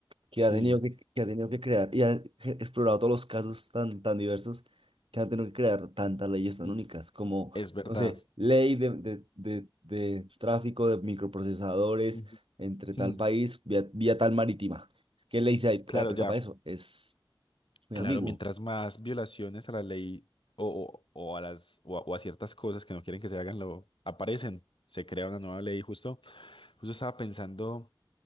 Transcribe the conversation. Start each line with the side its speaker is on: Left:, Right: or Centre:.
Left: Sí,
Right: que ha tenido que, que ha tenido que crear y ha ge- explorado todos los casos tan, tan diversos que han tenido que crear tantas leyes
Left: Ujú.
Right: tan únicas como,
Left: es verdad.
Right: no sé, ley de, de, de, de tráfico de microprocesadores
Left: Ujú.
Right: entre tal
Left: Mm.
Right: país vía, vía tal marítima. ¿Qué ley se hay-
Left: Claro,
Right: aplica
Left: ya.
Right: para eso? Es muy
Left: Claro,
Right: ambiguo.
Left: mientras más violaciones a la ley o, o- o a las, o a o a ciertas cosas que no quieren que se hagan, lo aparecen. Se crea una nueva ley justo Justo estaba pensando